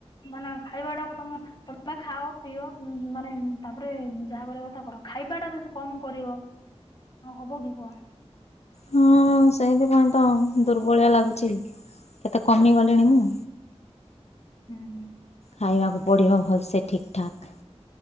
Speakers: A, on the left; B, on the left.
A: ମାନେ ଖାଇବା ଟାକୁ ତମେ ତେ ଖାଅ ପିଅ ମାନେ ତାପରେ ଯାହା କରିବା କଥା କର। ଖାଇବା ଟା ଯଦି କମ କରିବ ଆ ହବ କି କୁ?
B: ହଁ ସେଇଥିପାଇଁ ତ ଦୁର୍ବଳିଆ ଲାଗୁଚି। କେତେ କମେଇ
A: ହୁଁ
B: ଗଲେଣି ମୁଁ।
A: ହୁଁ।
B: ଖାଇବାକୁ ପଡ଼ିବ ଭଲସେ ଠିକ୍ ଠାକ୍।